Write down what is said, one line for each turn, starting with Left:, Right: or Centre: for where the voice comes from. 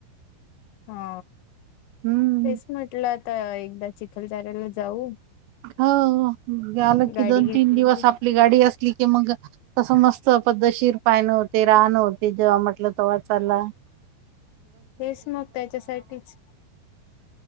Left: हा
Right: हम्म
Left: तेच म्हटलं आता एकदा चिखलदऱ्याला जाऊ,
Right: हो आलं की
Left: गाडी
Right: दोन
Left: घेतली
Right: तीन दिवस
Left: की
Right: आपली गाडी असली की मग कस मस्त पद्धशीर पाय नं होते, राहणं होते जेव्हा म्हटल, तवा चला,
Left: तेच मग त्याच्यासाठीच